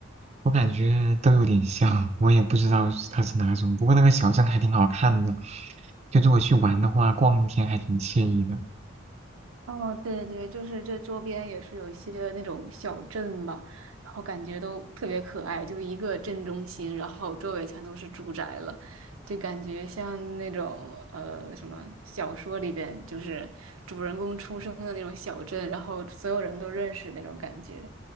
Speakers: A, on the right; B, on the right.
A: 我感觉都有点像，我也不知道是它是哪种。不过那个小镇还挺好看的，就是我去玩的话，逛一天还挺惬意的。
B: 哦，对对对，就是这周边也是有一些那种小镇吧，然后感觉都特别可爱，就一个镇中心，然后周围全都是住宅了，就感觉像那种呃什么小说里边，就是主人公出生的那种小镇，然后所有人都认识那种感觉，